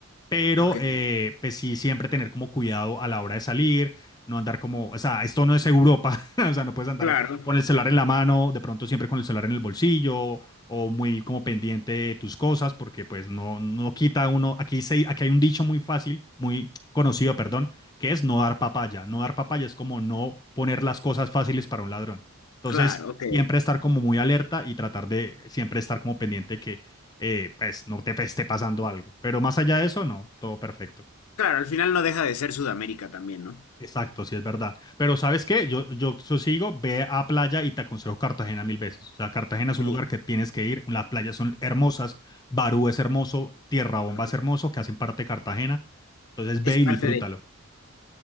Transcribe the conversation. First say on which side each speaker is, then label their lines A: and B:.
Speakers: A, on the left; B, on the left.
A: pero
B: Ok,
A: eh, pues sí, siempre tener como cuidado a la hora de salir, no andar como, o sea, esto no es Europa, <laughs> o sea, no puedes andar
B: claro,
A: con el celular en la mano, de pronto siempre con el celular en el bolsillo o muy como pendiente de tus cosas, porque pues no, no quita uno, aquí, se, aquí hay un dicho muy fácil, muy conocido, perdón, que es no dar papaya, no dar papaya es como no poner las cosas fáciles para un ladrón. Entonces,
B: claro, ok.
A: siempre estar como muy alerta y tratar de siempre estar como pendiente que eh, pues no te pues, esté pasando algo. Pero más allá de eso, no, todo perfecto.
B: Claro, al final no deja de ser Sudamérica también, ¿no?
A: Exacto, sí es verdad. Pero ¿sabes qué? Yo, yo sigo, ve a playa y te aconsejo Cartagena mil veces. O sea, Cartagena es un
B: Ok,
A: lugar que tienes que ir. Las playas son hermosas, Barú es hermoso, Tierra Bomba
B: ok.
A: es hermoso, que hacen parte de Cartagena. Entonces ve
B: Es
A: y
B: parte
A: disfrútalo.
B: de...